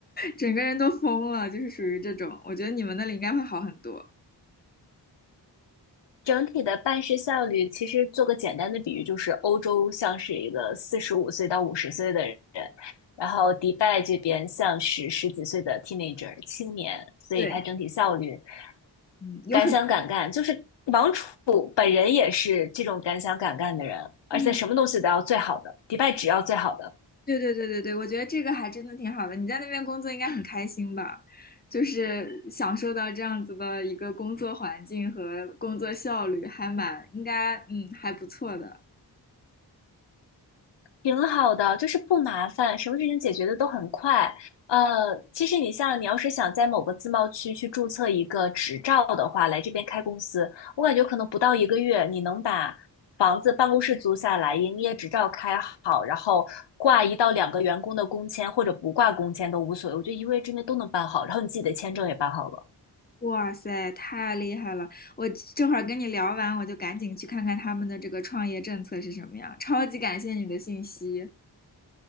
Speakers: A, on the left (about 20°); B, on the left (about 75°).
A: 整个人都疯了，就是属于这种。我觉得你们那里应该会好很多。
B: 整体的办事效率，其实做个简单的比喻，就是欧洲像是一个四十五岁到五十岁的人，然后迪拜这边像是十几岁的 teenager 青年，所以它整体效率
A: 对，嗯，有很多，
B: 敢想敢干，就是王楚本人也是这种敢想敢干的人，而且什么东西都要最好的，
A: 嗯，
B: 迪拜只要最好的。
A: 对对对对对，我觉得这个还真的挺好的。你在那边工作应该很开心吧？就是享受到这样子的一个工作环境和工作效率，还蛮应该，嗯，还不错的。
B: 挺好的，就是不麻烦，什么事情解决的都很快。呃，其实你像你要是想在某个自贸区去注册一个执照的话，来这边开公司，我感觉可能不到一个月，你能把房子、办公室租下来，营业执照开好，然后挂一到两个员工的工签，或者不挂工签都无所谓，我觉得一个月之内都能办好，然后你自己的签证也办好了。<laughs>
A: 哇塞，太厉害了！我这会儿跟你聊完，我就赶紧去看看他们的这个创业政策是什么样。超级感谢你的信息。